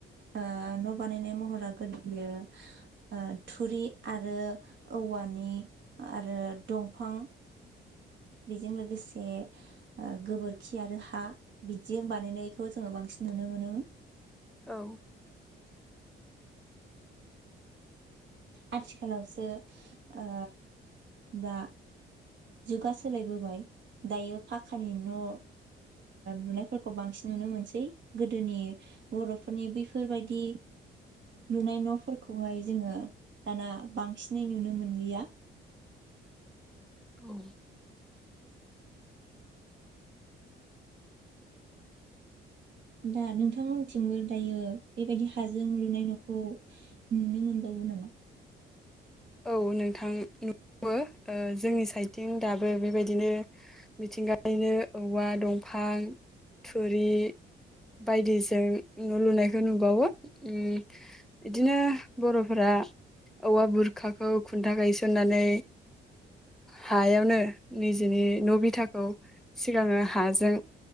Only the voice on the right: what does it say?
ओ न'श बानायनाय महरा गोलैयो ओ थुरि आरो औवानि आरो दंफां बेजों लोगोसे गोबोरखि आरो हा बिदिजों बानायनायखौ जोंङो बांसिन नुनो मोनोमोन।
आथिखालावसो ओ दा जुगा सोलायबोबाय दायो फाखानि न लुनायफोरखौओ बांसिन नुनो मोनसै गोदोनि बरफोरनि बैफोरबायाददि लुनाय नफोरखौहाय। जोंङो दाना बांसिनै नुनो मोनलिया।
दा नोंथांमोनथिंबो दायो बेबायदि हाजों लुनाय नखौ नुनो मोनबावो नामा।